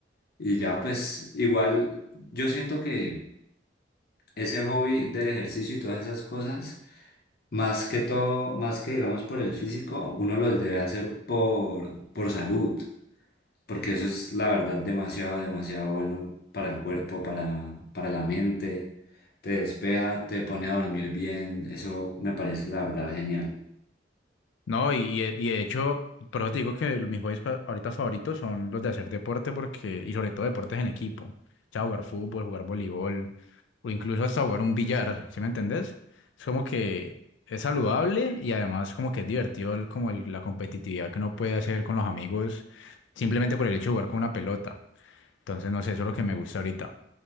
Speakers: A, on the left; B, on the left.
A: Y ya, pues igual yo siento que ese hobby del ejercicio y todas esas cosas, más que todo, más que digamos por el físico, uno los debe hacer por, por salud, porque eso es la verdad demasiado, demasiado bueno para el cuerpo, para, para la mente, te despeja, te pone a dormir bien, eso me parece la verdad genial.
B: No, y, y de y de hecho, por eso te digo que mis hobbies pa- ahorita favoritos son los de hacer deporte porque, y sobre todo deportes en equipo. O sea, jugar fútbol, jugar voleibol, o incluso hasta jugar un billar, ¿sí me entendés? Es como que es saludable y además como que es divertido el- como el- la competitividad que uno puede hacer con los amigos simplemente por el hecho de jugar con una pelota. Entonces, no sé, eso es lo que me gusta ahorita.